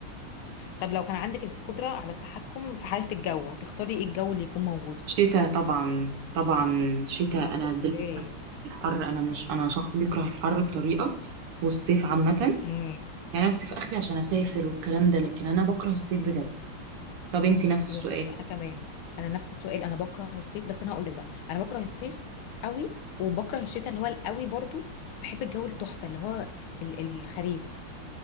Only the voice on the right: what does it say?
<laughs> شتاء طبعا طبعا شتاء انا
دلوقتي بكره الحر انا مش انا شخص بيكره الحر بطريقة والصيف عامة يعني
انا الصيف اخري عشان اسافر والكلام ده لكن انا بكره الصيف بجد طب انت نفس السؤال